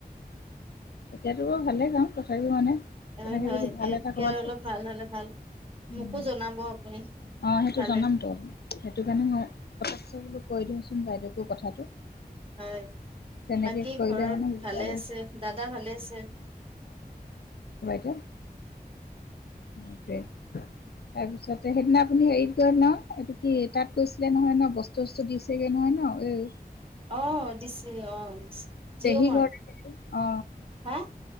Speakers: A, on the left (about 80°); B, on the right (about 35°).
A: এতিয়াতোও ভালে কাম তথাপিও মানে। তেনেকে
B: হয় হয়
A: যদি ভাল
B: ইয়াতকৈ
A: এটা ক'ৰবাত
B: অলপ ভাল হলে ভাল
A: উম,
B: মোকো জনাব আপুনি।
A: অ সেইটো
B: পালে
A: জনাম টো সেইটো কাৰণে মই। আহকচোন বোলো কৈ দিও চোন বাইদেউকো কথাটো।
B: হয়
A: তেনেকে
B: বাকী
A: কৰিলে
B: ঘৰত
A: মানে সুবিধা
B: ভালে
A: হয়।
B: আছে দাদা ভালে আছে।
A: অ তাৰপিছত। সেইদিনা আপুনি হেৰিত ন এইটো কি তাত কৈছিলে নহয় ন বস্তু চস্তু দিছেগে নহয় ন উম।
B: অ দিছে অ জিঅ'
A: পেহী
B: মাৰ্ত
A: ঘৰত অ
B: হা।